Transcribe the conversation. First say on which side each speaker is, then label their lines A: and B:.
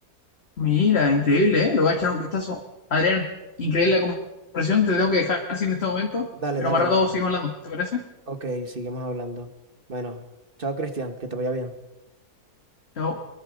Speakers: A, on the left (about 40°); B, on the right (about 35°).
A: Mira, increíble, ¿eh? Lo voy a echar un vistazo. Adrián, increíble la conversación. Te tengo que dejar sin este momento,
B: Dale,
A: pero
B: dale,
A: más rato
B: dale.
A: seguimos hablando. ¿Te parece?
B: Ok, seguimos hablando. Bueno, chao Cristian, que te vaya bien.
A: Chao.